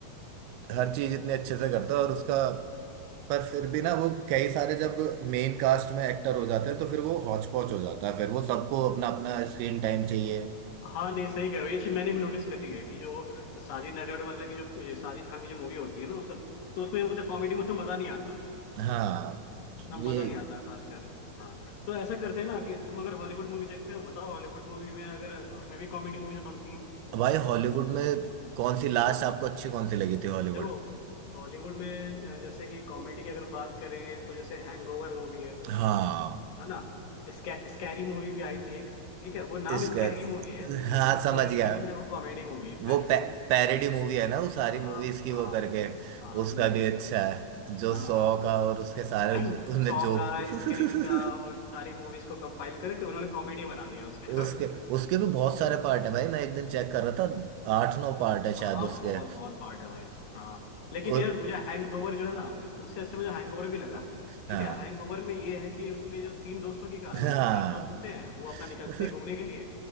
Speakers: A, on the right (about 85°); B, on the left (about 65°).
A: हर चीज इतने अच्छे से करता है और उसका पर फिर भी ना वो कई सारे जब मेन कास्ट में एक्टर हो जाते हैं तो फिर वो हौच पौच हो जाता है फिर वो सबको अपना अपना स्क्रीन टाइम चाहिए
B: हाँ नहीं सही कह रहे हो ये चीज मैंने भी नोटिस करी है कि जो साजिद नडियाड वाले की जो ये साजिद खान की जो मूवी होती है ना उसमें तो उसमें मतलब कॉमेडी में उतना मजा नहीं आता
A: हाँ
B: हाँ
A: तो
B: उतना मजा
A: ये
B: नहीं आता खासकर हाँ तो ऐसा करते हैं ना कि तुम अगर हॉलीवुड मूवी देखते हो बताओ हॉलीवुड मूवी में अगर उसमें भी कॉमेडी मूवीज बनती हैं
A: भाई हॉलीवुड में कौन सी लास्ट आपको अच्छी कौन सी लगी थी हॉलीवुड
B: देखो हॉलीवुड में अ, जैसे कि कॉमेडी की अगर बात करें तो जैसे हैंगओवर मूवी है
A: हाँ
B: है ना स्कै, स्कैरी मूवी भी आई थी एक ठीक है वो नाम
A: इसका
B: स्कैरी मूवी है
A: हाँ
B: लेकिन
A: समझ
B: वो एक्चुअली
A: गया
B: में वो कॉमेडी मूवी है
A: वो
B: पैरोडी
A: पै,
B: मूवी है
A: पैरेडी मूवी है ना वो सारी
B: हाँ
A: मूवीज की
B: हाँ
A: वो करके
B: हाँ
A: उसका
B: वो मूवी
A: भी अच्छा है जो
B: हाँ
A: सौ का और उसके सारे
B: <clears throat>
A: उसने
B: सॉ
A: जोक
B: का
A: <laughs>
B: स्क्रीम का और सारी मूवीज को कंपाइल करके उन्होंने कॉमेडी बना दिया उसका
A: उसके
B: <laughs>
A: उसके भी बहुत सारे पार्ट है भाई मैं एक दिन चेक कर रहा था आठ नौ पार्ट है
B: हाँ
A: शायद उसके
B: बहुत बहुत पार्ट है भाई हाँ लेकिन
A: उ,
B: यार मुझे हैंगओवर जो है ना उस, उससे अच्छा मुझे हैंगओवर भी लगा
A: हाँ
B: ठीक है हैंगओवर में ये है कि उसमें जो तीन दोस्तों की कहानी
A: हाँ
B: तीन चार दोस्त होते हैं वो अपना निकलते
A: <laughs>
B: हैं घूमने के लिए